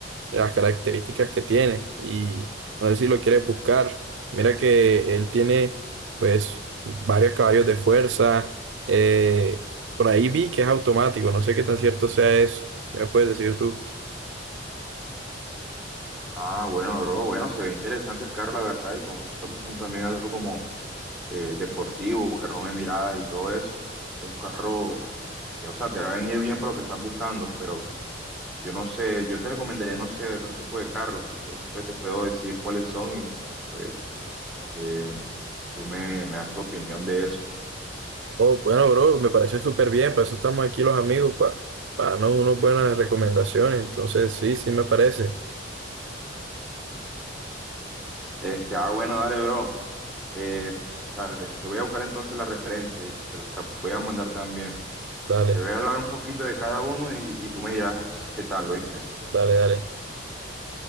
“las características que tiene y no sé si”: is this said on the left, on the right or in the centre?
Right